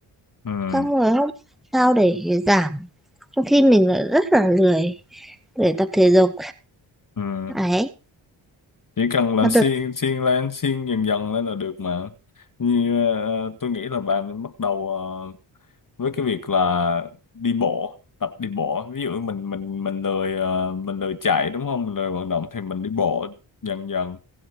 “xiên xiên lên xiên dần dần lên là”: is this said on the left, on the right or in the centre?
Left